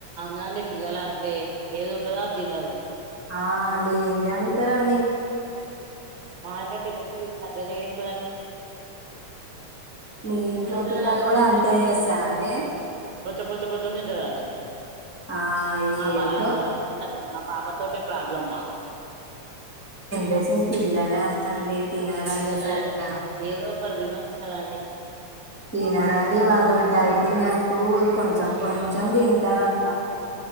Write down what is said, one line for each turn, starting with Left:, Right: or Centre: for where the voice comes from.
Right: నండి పిల్లలు అంతే ఏది ఉంటదో అది తినరు
Centre: ఆ లేందే అడుగుతారండి
Right: మా ఇంట్లో పెద్దపిల్లలు అట్లనే చేస్తారు
Centre: మీ ఇంట్లో పిల్లలు కూడ అంతే చేస్తార అండి
Right: కొంచ కొంచ కొంచెం తింటదండి
Centre: ఆ
Right: మా
Centre: ఏంటో
Right: బాబు ఏమి తింటాడు మా పాప తోటె ప్రాబ్లమ్ మాకు
Centre: జనరేషన్ పిల్లలే అంత అండి తినరండి సరిగ్గా
Right: ఏదో ఒకటి తినొచ్చుకదండి
Centre: తినరండి వాళ్ళు డైటింగ్ అం టు కొంచెం
Right: హ్మ్.
Centre: కొంచెం తి టారు అట్లా